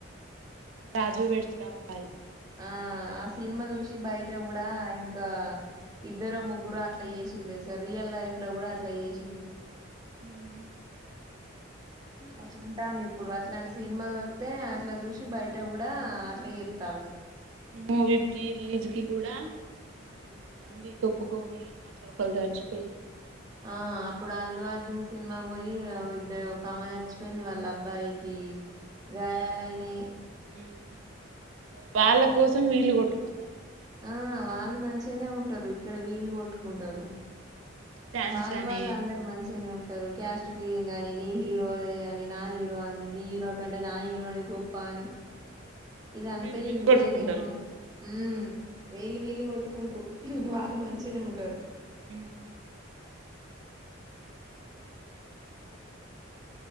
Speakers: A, on the right; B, on the right.
A: రాజు వెడ్స్ రాంబాయి
B: ఆ ఆ సినిమా చూసి బయట కూడా ఇంకా ఇద్దరు ముగ్గురో అట్ల చేసిళు తెలుసా రియల్ లైఫ్ లో కూడా అట్లా చేసిళు
A: మ్మ్
B: అట్లా ఉంటాంది ఇప్పుడు అట్లాంటి సీన్ సినిమాలు వత్తే అట్లా చూసి బయట కూడా అట్లా చేత్తాళ్ళు
A: మూవీ ప్రీ రిలీజ్ కి కూడా <unintelligible> మంది తొక్కుకొని అట్లా ఒకళు చచ్చిపోయిళు
B: ఆ అప్పుడు అల్లు అర్జున్ సినిమాకి పోయి ఇద్దరు ఒకామె చచ్చిపోయింది వాళ్ళ అబ్బాయికి గాయాలయినై
A: ఉమ్ వాళ్ళ కోసం వీళ్ళు కొట్టుకుంటారు
B: ఆ వాళ్ళు మంచిగానే ఉంటారు ఇక్కడ వీళ్ళు కొట్టుకుంటారు
A: డాన్స్
B: వాళ్ళ
A: అని
B: వాళ్ళు అందరూ మంచిగానే ఉన్ టరు క్యాస్ట్ ఫీలింగ్ అని నీ హీరో అది ఇది అని నా హీరో అని నీ హీరో కంటే నా హీరో నే గొప్ప అని ఇదంతా
A: వీళ్ళు వీళ్ళు
B: ఎందుకో
A: కొట్టుకుంటారు
B: ఏమో ఉమ్ వీళ్ళు వీళ్లు కొట్టుకుంట్రు వాళ్ళు మంచిగానే ఉంటారు
A: ఉమ్